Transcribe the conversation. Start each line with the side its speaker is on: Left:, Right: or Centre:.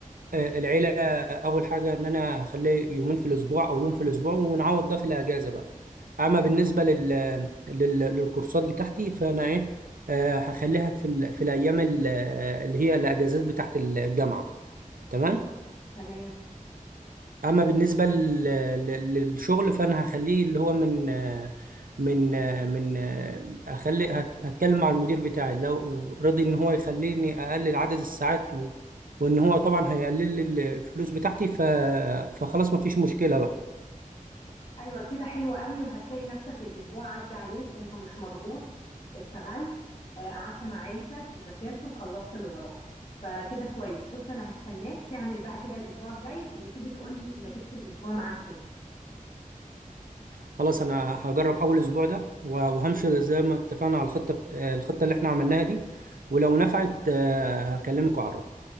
Right: آه، العيله آه، اول حاجه ان انا هخليه يومين في الاسبوع او يوم في الاسبوع ونعوض ده في الاجازه بقى اما بالنسبه لل... لل... للكورسات بتاعتي فانا ايه آه، هخليها في ال... في الايام ال- اللي هي الاجازات بتاعت الجامعه تمام
Left: تمام
Right: اما بالنسبه لل- لل- للشغل فانا هخليه اللي هو من من من اخلي هت- هتكلم مع المدير بتاعي لو رضي ان هو يخليني اقلل عدد الساعات و- وان هو طبعا هيقلل لي الفلوس بتاعتي ف فخلاص ما فيش مشكله بقى
Left: ايوه كده حلوة قوي وهتلاقي نفسك الاسبوع عدى عليك انت مش مضغوط اشتغلت آه، قعدت مع عيلتك ذاكرت وخلصت اللي وراك فكده كويس بص انا هستناك تعمل بقى كده الاسبوع الجاي وتيجي تقولي نتيجة الاسبوع معاك ايه
Right: خلاص انا هجرب اول اسبوع ده و- وهمشي زي ما اتفقنا على الخطه بت- الخطه اللي احنا عملناها دي ولو نفعت آه، هكلمك واعرفك